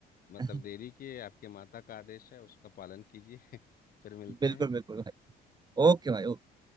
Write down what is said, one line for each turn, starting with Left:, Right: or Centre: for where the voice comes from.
Left: मतलब
Right: <laughs>
Left: देरी के आपके माता का आदेश है उसका पालन कीजिए <laughs> फिर मिलते
Right: बिल्कुल
Left: हैं
Right: बिल्कुल भाई ओके भाई ओके।